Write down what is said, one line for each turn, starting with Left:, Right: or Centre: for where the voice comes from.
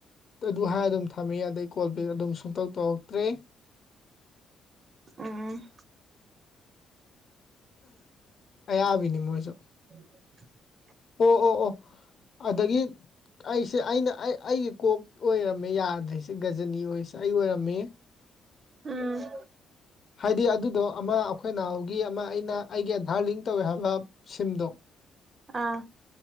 Left: ꯑꯗꯨ ꯍꯥꯏꯔ ꯑꯗꯨꯝ ꯊꯝꯃꯦ ꯑꯗꯩ ꯀꯣꯜꯕꯦꯛ ꯑꯗꯨꯝ ꯁꯨꯡꯇꯧ ꯇꯧꯔꯛꯇ꯭ꯔꯦ
Right: ꯎꯝ
Left: ꯑꯌꯥꯕꯤꯅꯤ ꯃꯣꯏꯁꯨ
Right: <unintelligible> <inaudible>
Left: ꯑꯣ ꯑꯣ ꯑꯣ ꯑꯗꯒꯤ ꯑꯩꯁꯦ ꯑꯩꯅ ꯑꯩ ꯑꯩꯒꯤ ꯀꯣꯛ ꯑꯣꯏꯔꯝꯃꯦ ꯌꯥꯗ꯭ꯔꯁꯦ ꯒꯖꯅꯤ ꯑꯣꯏꯁꯦ ꯑꯩ ꯑꯣꯏꯔꯝꯃꯦ
Right: ꯎꯝ
Left: ꯍꯥꯏꯗꯤ ꯑꯗꯨꯗꯣ ꯑꯃ ꯑꯩꯈꯣꯏꯅ ꯒꯤ ꯑꯃ ꯑꯩꯅ ꯑꯩꯒꯤ ꯑꯙꯥꯔ ꯂꯤꯡ ꯇꯧꯋꯦ ꯍꯥꯏꯕ ꯁꯤꯝꯗꯣ
Right: ꯑꯥ